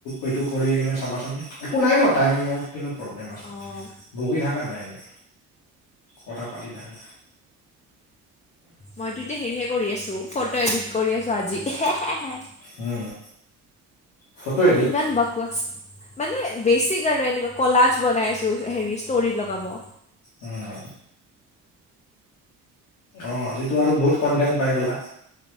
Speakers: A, on the left; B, on the left.
A: এটো কৰি কেনে চাবাচোন, একো নাই ন' টাইমৰ কিনো প্ৰব্লেম আছে।
B: অঁ
A: বহি থাকা না এনে কথা পাতি থাকা।
B: মইতো এতিয়া হেৰিহে কৰি আছোঁ, ফটো এডিট কৰি আছোঁ আজি হে হে হে।
A: উম। ফটো এডিট
B: ইমান বাকোৱাছ। মানে বেছিক আৰু এনেকুৱা কলাজ বনাইছো হেৰি ষ্টৰিত লগাব।
A: উম। অ', আজিতো আৰু বহুত কণ্টেণ্ট পাই গ'লা।